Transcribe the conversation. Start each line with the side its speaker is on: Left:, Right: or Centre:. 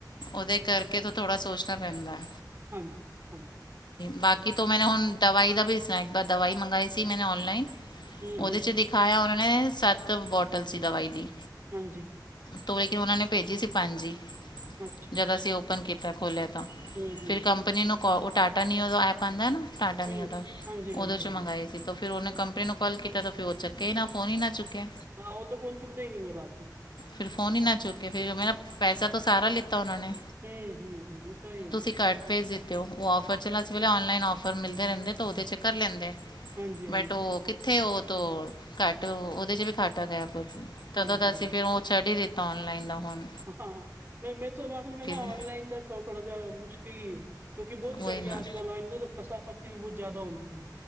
Left: ੳਦੇ ਕਰਕੇ ਤੋ ਥੋੜਾ ਸੋਚਨਾ ਪੈਂਦਾ ਏ।
Right: ਹਾਂਜੀ, ਹਾਂਜੀ।
Left: ਬਾਕੀ ਤੋਂ ਮੈ ਹੁਨ ਦਵਾਈ ਦਾ ਵੀ ਸੁਨਾ। ਇੱਕ ਵਾਰ ਦਵਾਈ ਮੰਗਵਾਈ ਸੀ ਮੈਨੇ ਔਨਲਾਈਨ
Right: ਹੂੰ ਹੂੰ
Left: ੳਦੇ ਚ ਦਿਖਾਯਾ ੳਨਾਂ ਨੇ ਸੱਤ ਬੋਟਲ ਸੀ ਦਵਾਈ ਦੀ
Right: ਹਾਂਜੀ
Left: ਤੋਂ ਲੇਕਿਨ ੳਨਾਂ ਨੇ ਭੇਜੀ ਸੀ ਪੰਜ ਈ,
Right: ਅੱਛਾ
Left: ਜਦ ਅਸੀ ਔਪਨ ਕੀਤਾ, ਖੋਲਿਆ ਤਾਂ।
Right: ਹੂੰ ਹੂੰ
Left: ਫਿਰ ਕੰਪਨੀ ਨੂੰ ਕਾੱਲ ੳਹ ਟਾਟਾ ਨਿੳ ਦਾ ਐਪ ਆਂਦਾ ਨਾ। ਟਾਟਾ ਨਿੳ
Right: ਹੂੰ
Left: ਦਾ
Right: ਹਾਂਜੀ ਹਾਂਜੀ
Left: ੳਦੇ ਚੋਂ
Right: ਹਾਂਜੀ
Left: ਮੰਗਾਏ ਸੀ। ਫਿਰ ਉਨੇ ਕੰਪਨੀ ਨੂੰ ਕੌਲ ਕੀਤਾ ਤਾਂ ਫਿਰ ਉਹ ਚੱਕੇ ਨਾ ਫੋਨ ਈ ਨਾ ਚੁੱਕੇ।
Right: ਹਾਂ ਉਹ ਤੇ ਫੋਨ ਚੁੱਕਦੇ ਈ ਨਈ ਏ ਬਾਦ ਚ।
Left: ਫਿਰ ਫੋਨ ਹੀ ਨਾ ਚੁੱਕੇ ਫਿਰ ੳਹ ਮੈਂ ਨਾ ਪੈਸਾ ਤੋਂ ਸਾਰਾ ਲਿੱਤਾ ੳਨਾਂ ਨੇ।
Right: ਹੂੰ ਹੂੰ ਹੂੰ ਇਸ ਤਰਾਂ ਹੀ ਹੋਉ।
Left: ਘਟ ਪੈਸੇ ਤੇ ੳਹ ੳਹ ਔਫਰ ਚਲਾ ਸੀ ੳ ਬੋਲੇਆ ਔਨਲਾਈਨ ਔਫਰ ਮਿਲਦੇ ਰੈੰਦੇ ਤੋ ੳਦੇ ਚ ਕਰ ਲੈਂਦੇ
Right: ਹਾਂਜੀ ਹਾਂਜੀ
Left: ਬਟ ੳਹ ਕਿ ਉੱਥੇ ਉਹ ਤੋਂ ਘੱਟ ਉਦੇ ਚ ਵੀ ਘਾਟਾ ਗਿਆ, ਤਦੋਂ
Right: ਹਾਂਜੀ
Left: ਦਾ ਅਸੀ
Right: ਹਾਂਜੀ
Left: ਫੇਰ ੳ ਛੱਡ ਹੀ। ਦਿੱਤਾ ਔਨਲਾਈਨ ਦਾ ਹੁਨ
Right: ਹਾਂ, ਮੈਂ ਮੈਂ ਤੁਹਾਨੂੰ ਆਖਣੀ ਪੀ ਨਾ ਮੈਂ ਔਨਲਾਈਨ
Left: ਹੈ
Right: ਦਾ ਸ਼ੋਕ ਥੋੜਾ ਜਿਹਾ ਮੁਸ਼ਕਿਲ ਈ ਏ। ਕਿਉਂਕਿ ਬਹੁਤ
Left: ਉਹੀ
Right: ਚੱਲ
Left: ਨਾ
Right: ਗਿਆ ਅੱਜ-ਕਲ ਏਨਾਂ ਦਾ ਫਸਾ ਫਸੀ ਵੀ ਬੋਹਤ ਜਾਦਾ ਹੁੰਦੀ ਪਈ ਏ।